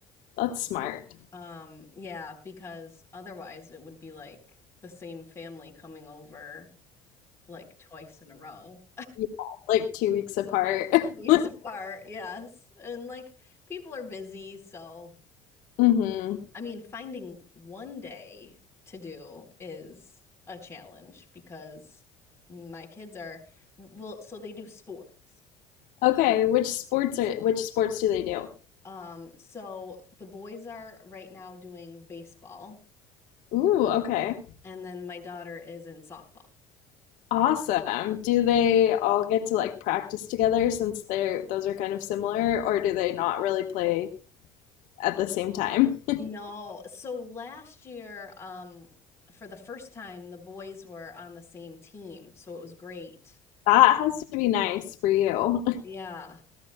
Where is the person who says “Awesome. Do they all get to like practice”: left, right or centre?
Left